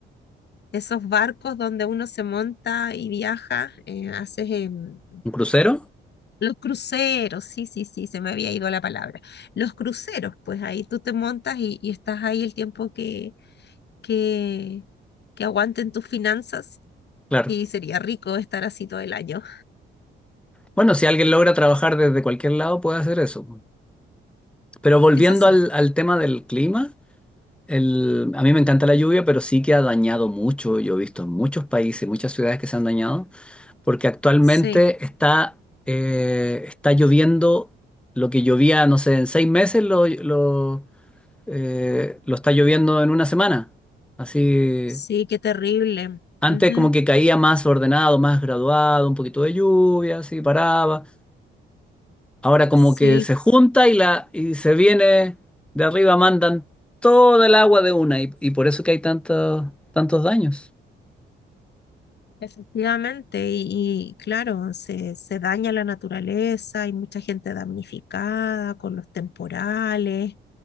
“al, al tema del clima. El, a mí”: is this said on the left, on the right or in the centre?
Centre